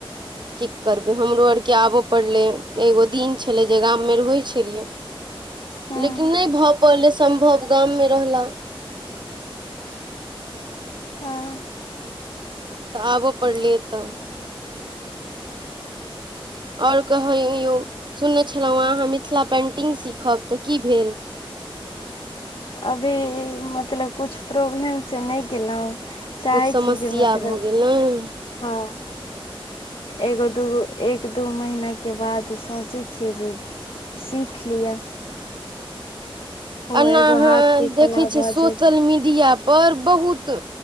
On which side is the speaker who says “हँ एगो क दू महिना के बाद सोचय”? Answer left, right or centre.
Left